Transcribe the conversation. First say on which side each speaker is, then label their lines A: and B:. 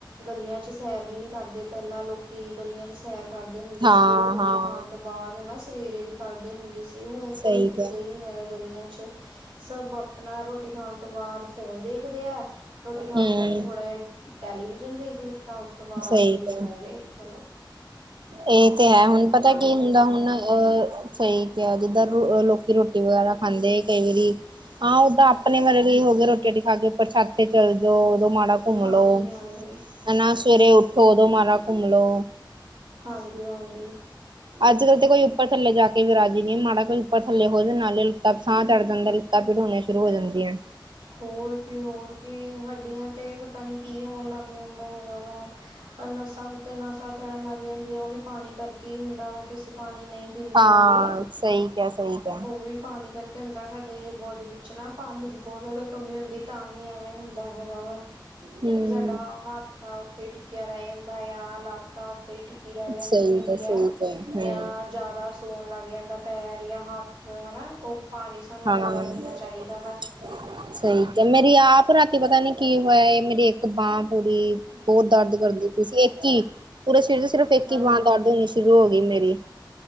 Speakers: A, on the right (about 85°); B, on the right (about 70°).
A: ਗਲੀਆਂ'ਚ ਸੈਰ ਵੀ ਨਹੀ ਕਰਦੇ, ਪਹਿਲਾਂ ਲੋਕੀ ਗਲੀਆਂ'ਚ ਸੈਰ ਕਰਦੇ ਹੁੰਦੇ ਸੀਗੇ,
B: ਹਾਂ
A: ਰ੍ਹੋਟੀ
B: ਹਾਂ
A: ਖਾਣ ਤੋਂ ਬਾਅਦ ਹਨਾ ਸਵੇਰੇ ਵੀ। ਕਰਦੇ ਹੁੰਦੇ ਸੀ, ਹੁਣ ਕੋਈ
B: ਸਹੀ
A: ਦਿਖਦਾ
B: ਕਿਹਾ
A: ਹੀ ਨਹੀ ਹੈਗਾ ਗਲੀਆਂ'ਚ ਸਭ ਆਪਣਾ ਰੋਟੀ ਖਾਣ ਤੋਂ ਬਾਅਦ ਫੋਨ ਦੇਖਦੇ ਆ, ਰੋਟੀ ਖਾਣ
B: ਹੂੰ
A: ਤੋਂ ਪਹਿਲੇ ਥੋੜ੍ਹਾ ਜਿਹਾ ਟੈਲੀਵਿਜ਼ਨ ਦੇਖ ਲਿੱਤਾ, ਉਸ ਤੋਂ ਬਾਅਦ
B: ਸਹੀ
A: ਜੀ ਸੋ
B: ਕਿਹਾ
A: ਗਏ, ਚਲੋ।
B: ਇਹ ਤੇ
A: ਬਟ
B: ਹੈ ਹੁਣ
A: ਇਹੀ ਬਿਮਾਰੀਆਂ
B: ਪਤਾ ਕੀ ਹੁੰਦਾ
A: ਦਾ ਕਾਰਨ
B: ਹੁਣ
A: ਆ
B: ਅਹ ਸਹੀ ਕਿਹਾ ਜਿੱਦਾਂ ਰੋਟੀ ਵਗੈਰਾ ਖਾਂਦੇ ਕਈ ਵਾਰੀ, ਹਾਂ ਓਦਾਂ ਆਪਣੇ ਵਾਲੇ ਵੀ ਹੋ ਗਏ ਰੋਟੀ ਰੋਟੀ ਖਾ ਕੇਛਾ ਉਪਰ ਛੱਤ ਤੇ ਕਿਤੇ ਚੱਲ ਜਾਓ ਉਦੋਂ ਮਾੜਾ ਘੁੰਮ
A: ਹਾਂਜੀ
B: ਲੋੋ
A: ਹਾਂਜੀ
B: ਹਨ ਨਾ ਸਵੇਰੇ ਉੱਠੋ ਉਦੋ ਮਾਰ ਘੁੰਮ ਲੋ।
A: ਹਾਂਜੀ, ਹਾਂਜੀ।
B: ਅੱਜ ਕੱਲ ਤੇ ਕੋਈ ਉਪਰਥੱਲੇ ਜਾ ਕੇ ਵਿ ਰਾਜੀ ਨਹੀ ਮਾੜਾ ਕੋਈ ਉੱਪਰ ਲੇ ਹੋ ਜਾਂਦੇ ਨਾਲੇ ਲੁੱ ਸਾਹ ਚੜ ਜਾਂਦਾ। ਲਤਾ ਪੀੜ ਹੋਣੀਆਂ ਸ਼ੁਰੂ ਹੋ ਜਾਂਦੀਆਂ।
A: ਹੋਰ ਕੀ ਹੋਰ ਕੀ ਹੱਡੀਆਂ ਤੇ ਪਤਾ ਨੀ ਕੀ ਹੋਣ ਲੱਗ ਜਾਂਦਾ ਹੈਗਾ ਵੇ। ਨਸ਼ਾਂ ਉੱਤੇ ਨਸ਼ਾ ਚੜਨ ਲੱਗ ਜਾਂਦੀਆਂ, ਉਹ ਵੀ ਪਾਣੀ ਕਰਕੇ ਹੀ ਹੁੰਦਾ ਵਾ ਕਿ ਅਸੀਂ ਪਾਣੀ ਨਹੀਂ ਪੀਂਦੇ
B: ਹਾਂ
A: ਹੈਗੇ,
B: ਸਹੀ ਕਿਹਾ ਸਹੀ ਕਿਹਾ
A: ਉਹ ਵੀ ਪਾਣੀ ਕਰਕੇ ਕੀ ਹੁੰਦਾ ਸਾਡੇ ਬੋਡੀ ਵਿੱਚ ਨਾ ਪਾਣੀ ਦੀ ਬਹੁਤ ਜ਼ਿਆਦਾ ਕਮੀ ਹੁੰਦੀ, ਤਾਂ ਹੀ ਐਵੇਂ ਹੁੰਦਾ ਹੈਗਾ ਵਾ।
B: ਹਮ
A: ਕਿ ਸਾਡਾ ਹੱਥ ਆ ਉੱਥੇ ਹੀ ਟਿੱਕਿਆ ਰਹਿ ਜਾਂਦਾ ਆ ਲਾਤ ਆ ਉਤੇ ਟਿੱਕੀ ਰਹਿ ਜਾਂਦੀ
B: ਸਹੀ
A: ਹੈਗੀ
B: ਕਿਹਾ ਸਹੀ
A: ਆ,
B: ਕਿਹਾ
A: ਜਾਂ
B: ਹਮ
A: ਜ਼ਿਆਦਾ ਸੋਣ ਲੱਗ ਜਾਂਦਾ ਪੈਰ ਜਾਂ ਹੱਥ ਹਨਾ, ਔਹ ਪਾਣੀ ਸਾਨੂੰ
B: ਹਾਂ
A: ਜ਼ਿਆਦਾ ਪੀਣਾ ਚਾਹੀਦਾ ਵਾ।
B: ਸਹੀ ਕਿਹਾ, ਤੇ ਮੇਰੀ ਆਪ ਰਾਤੀ ਪਤਾ ਨੀ ਕੀ ਹੋਇਆ ਇਹ ਮੇਰੀ ਇੱਕ ਬਾਂਹ ਪੂਰੀ ਬਹੁਤ ਦਰਦ ਕਰਦੀ ਪਈ ਇੱਕ ਹੀ, ਪੂਰੇ ਸਰੀਰ ਚ ਸਿਰਫ ਇੱਕ
A: ਹਾਂ
B: ਹੀ
A: ਹਾਂ
B: ਬਾਂਹ ਦਰਦ ਹੋਣੀ ਸ਼ੁਰੂ ਹੋ ਗਈ ਮੇਰੀ